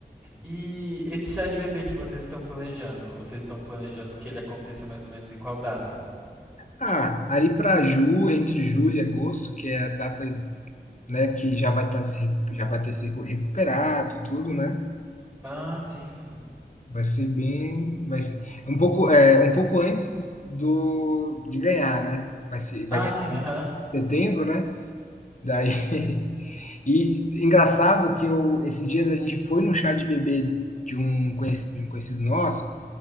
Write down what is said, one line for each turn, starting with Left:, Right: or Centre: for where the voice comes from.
Centre: E esse chá de bebê que vocês estão planejando, vocês estão planejando que ele aconteça mais ou menos em qual data?
Left: Ah, ali para Ju, entre julho e agosto, que é a data né, que já vai estar se, já vai ter se recuperado, tudo, né?
Centre: Ah, sim.
Left: Vai ser bem, vai ser um pouco, é, um pouco antes do de ganhar, né? Vai ser, vai
Centre: Ah,
Left: ganhar
Centre: sim, aham.
Left: em setembro, né? Daí <laughs> e engraçado que eu esses dias a gente foi no chá de bebê de um conhecido, de um conhecido nosso